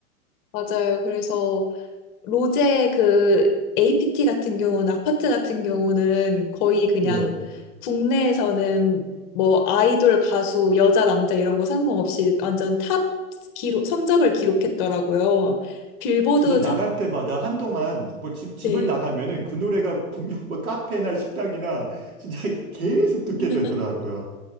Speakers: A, on the left; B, on the right.
A: 맞아요. 그래서 로제 그 APT 같은 경우는, 아파트 같은 경우는 거의 그냥
B: 네.
A: 국내에서는 뭐 아이돌, 가수, 여자, 남자 이런 거 상관없이 완전 탑 기록, 성적을 기록했더라고요. 빌보드
B: 진짜 나갈
A: 차트.
B: 때마다 한동안 뭐 집, 집을
A: 네.
B: 나가면은 그 노래가 분명 뭐 카페나 식당이나 진짜 <laughs> 계속 듣게
A: <laughs>
B: 되더라고요.